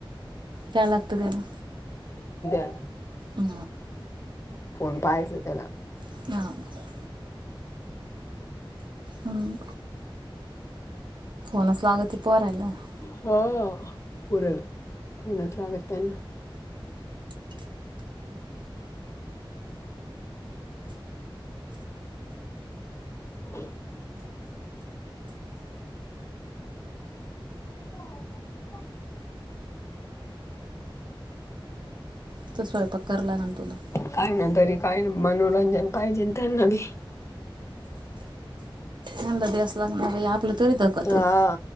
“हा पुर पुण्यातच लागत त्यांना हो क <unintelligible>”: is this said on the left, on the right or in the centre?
Left